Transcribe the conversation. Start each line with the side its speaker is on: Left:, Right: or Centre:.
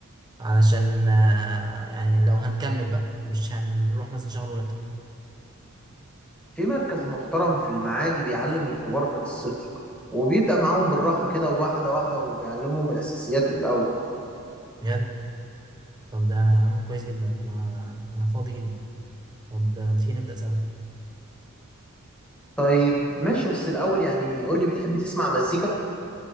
Right: علشان آه، يعني لو هنكمل بقى مش هنروح مثلا شهر ونقطع
Centre: في مركز محترم في المعادي بيعلم الكبار من الصفر وبيبدأ معاهم بالراحة كده واحدة واحدة وبيعلمهم الأساسيات الأول
Right: بجد طب ده يا عم كويس جدا انا انا فاضي جدا طب آه، ما تيجي نبدأ سوا
Centre: طيب ماشي بس الأول يعني قول لي بتحب تسمع مزيكا؟